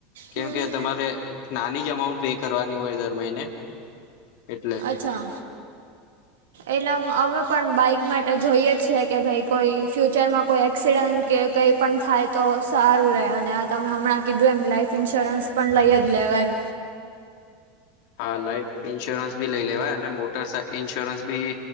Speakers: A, on the left; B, on the right.
A: કેમ
B: હમ
A: કે તમારે નાની જ અમાઉન્ટ પે કરવાની હોય દર મહિને એટલે.
B: અચ્છા. એટલે અ અમે પણ બાઈક માટે જોઈએ જ છીએ કે ભાઈ કોઈ ફ્યુચરમાં કોઈ એક્સિડન્ટ. કે કંઈ પણ થાય તો સારું રહે અને આ તમે હમણાં કીધું એમ લાઇફ ઇન્સ્યોરન્સ પણ લઈ જ લેવાય.
A: હા લાઈફ ઈન્સ્યોરન્સ ભી લઇ લેવાય અને મોટા ઇન્સ્યોરન્સ બી.